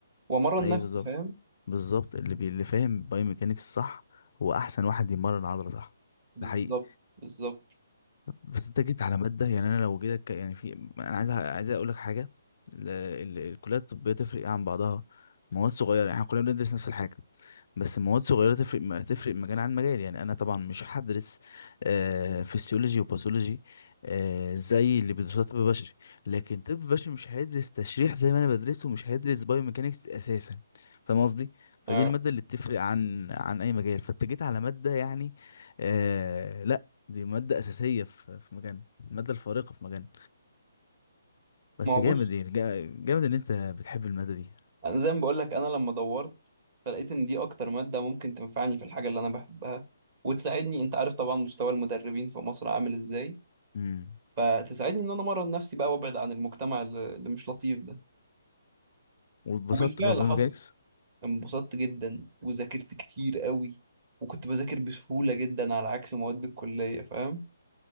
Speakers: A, on the right; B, on the left.
A: وأمرن
B: ايوه
A: نفسي
B: بالظبط
A: فاهم
B: بالظبط اللي بي... اللي فاهم بايوميكانكس صح هو احسن واحد يمرن عضله صح
A: بالظبط
B: ده حقيقي
A: بالظبط
B: بس انت جيت على ماده يعني انا لو جيتك يعني في انا عايز عايز اقول لك حاجه ال... ال... الكليات الطبيه تفرق ايه عن بعضها مواد صغيره يعني احنا كلنا بندرس نفس الحاجه بس مواد صغيرة تفرق ما تفرق مجال عن مجال يعني أنا طبعا مش هدرس آه، فسيولوجي وباثولوجي آه، زي اللي بيدرسوها طب بشري لكن طب بشري مش هيدرس تشريح زي ما أنا بدرسه ومش هيدرس بايوميكانكس أساسا فاهم قصدي؟ فدي
A: اه
B: المادة اللي بتفرق عن عن أي مجال فأنت جيت على مادة يعني آه، لأ دي مادة أساسية في في مجالنا المادة الفارقة في مجالنا بس
A: ما هو
B: جامد
A: بص
B: يعني جا- جامد إن أنت بتحب المادة دي
A: انا زي ما بقول لك انا لما دورت فلقيت ان دي اكتر ماده ممكن تنفعني في الحاجه اللي انا بحبها وتساعدني انت عارف طبعا مستوى المدربين في مصر عامل ازاي
B: امم
A: فتساعدني ان انا امرن نفسي بقى وابعد عن المجتمع اللي اللي مش لطيف ده
B: واتبسطت
A: وبالفعل
B: بقى بميكانكس
A: حصل انبسطت جدا وذاكرت كتير قوي وكنت بذاكر بسهوله جدا على عكس مواد الكليه فاهم